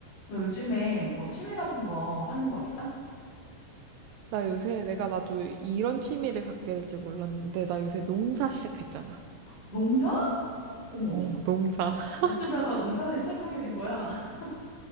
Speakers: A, on the left; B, on the right.
A: 너 요즘에 뭐 취미 같은 거 하는 거 있어?
B: 나 요새 내가 나도 이런 취미를 갖게 될지 몰랐는데 나 요새 농사 시작했잖아.
A: 농사? 어머,
B: 어, 농사.
A: 어쩌다가
B: <laughs>
A: 농사를 시작하게 된 거야? <laughs>